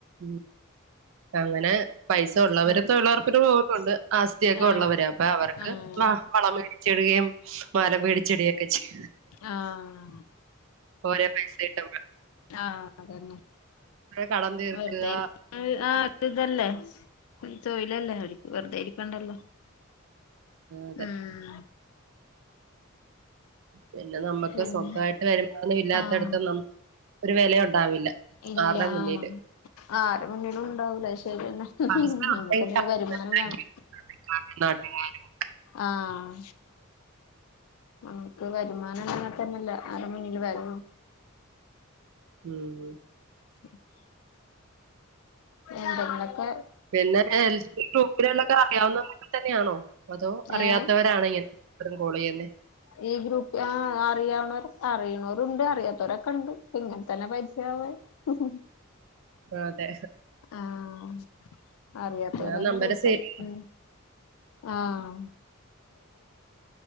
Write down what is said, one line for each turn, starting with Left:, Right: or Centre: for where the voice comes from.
Right: ഉ അങ്ങനെ പൈസ ഉള്ളവരും
Left: ഉം
Right: തൊഴിലുറപ്പിന് പോവുന്നുണ്ട് ആസ്തിള്ളവരൊക്കെ
Left: ആഹ്
Right: ഉള്ളവരാ അപ്പൊ അവർക്ക്
Left: ആഹ്
Right: വള മേടിച്ചിടുകയും മാല പേടിച്ചെടിയൊക്കെ ചെയ
Left: ആഹ്
Right: കുറേ പൈസ കിട്ടുമ്പോൾ
Left: ആഹ അതന്നെ
Right: കടം തീർക്കുക
Left: വെറുത ആഹ അത് ഇതല്ലേ ഒരു തൊയ്ലല്ലേ അവക്ക് വെറുതെ ഇരിക്കണ്ടല്ലോ
Right: അതെ
Left: ഉം
Right: പിന്നെ നമുക്ക്
Left: പിന്നെ
Right: സ്വന്തമായിട്ട് വരുമാന ഇല്ലാത്തടുത്ത്
Left: ആഹ്
Right: നമ്മ ഒരു വിലയ ഉണ്ടാവില്ല
Left: ഇല്ല
Right: ആരുടെ മുന്നില്
Left: ആ ആറ് മണിലും ഉണ്ടാവൂലശ്ശേരി തന്നെ
Right: പൈസ ഉണ്ടെങ്കിൽ
Left: നമുക്ക്തിന്റെ വരുമാനം വേണം
Right: <unintelligible>
Left: ആഹ നമുക്ക് വരുമാനം അങ്ങനെ തന്നെല്ല അര മുന്നില് വെലള്ളൂ
Right: ഉം
Left: <inaudible> ഉണ്ടെങ്കിലൊക്കെ
Right: പിന്നെ എൽ ഗ്രൂപ്പിലള്ളൊക്കെ അറിയാവുന്നൊക്കെ തന്നെയാണോ അതോ അറിയാത്തവരണ
Left: ഏഹ്
Right: ഇങ്ങനെ <unintelligible> കോൾ ചെയ്യുന്നെ
Left: ഈ ഗ്രൂപ്പ് ആ അറിയാവുന്നവ അറിയണവരുണ്ട് അറിയാത്തവരൊക്കെ ഉണ്ട് ഇങ്ങനെ തന്നെ പരിചയവാൻ ഹ ഹ
Right: ആ അതെ
Left: ആഹ അറിയാത്തവർ
Right: ഞാൻ
Left: തന്നെ
Right: നമ്പര്
Left: കൂടുതൽ
Right: സേവ്
Left: ഉ ആഹ